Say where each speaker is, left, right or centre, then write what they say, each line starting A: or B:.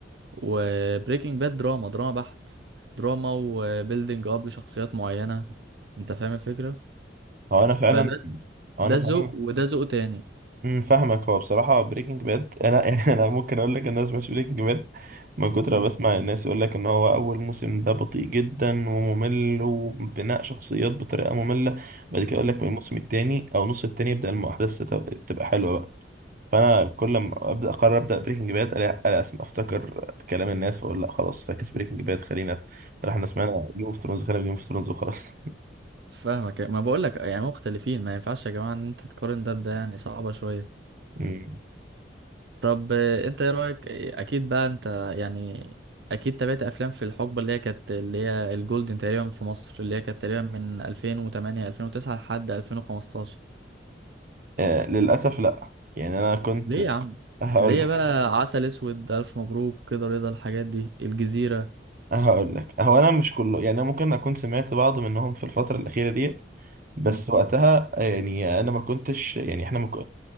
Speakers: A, on the right (about 65°); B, on the right (about 50°).
A: وبريكنج باد دراما دراما بحت دراما وبيلدينج أب لشخصيات معينة أنت فاهم الفكرة؟
B: هو انا فعلا
A: فده
B: هو
A: ده
B: انا فعلا
A: ذوق وده ذوق تاني
B: امم فاهمك هو بصراحة بريكنج باد أنا <laughs> يعني أنا ممكن أقول لك إن أنا سمعتش بريكنج باد من كتر
A: مم.
B: ما بسمع الناس يقول لك إن هو أول موسم ده بطيء جدا وممل وبناء شخصيات بطريقة مملة بعد كده يقول لك
A: مم.
B: من الموسم التاني أو نص التاني يبدأ الأحداث تت- تبقى حلوة بقى فأنا كل ما أبدأ أقرر أبدأ بريكنج باد ألاقي ألاقي أسمع أفتكر كلام الناس فأقول لأ خلاص فاكس بريكنج باد خلينا في إحنا سمعنا جيم أوف ثرونز خلينا في جيم أوف ثرونز وخلاص
A: فاهمك ما بقولك يعني مختلفين ما ينفعش يا جماعة إن أنت تقارن ده بده يعني صعبة شوية
B: <laughs> امم
A: طب آه، انت ايه رأيك آه، اكيد بقى انت يعني اكيد تابعت افلام في الحقبة اللي هي كانت اللي هي الجولدن تقريبا في مصر اللي هي كانت تقريبا من 2008 2009 لحد 2015
B: آه للأسف لأ يعني أنا كنت
A: ليه يا عم
B: <laughs> هقول
A: اللي هي بقى عسل اسود الف مبروك كده رضا الحاجات دي الجزيرة
B: هقول لك هو انا مش كله يعني انا ممكن اكون سمعت بعض منهم في الفتره الاخيره ديت بس
A: مم.
B: وقتها يعني انا ما كنتش يعني احنا مك...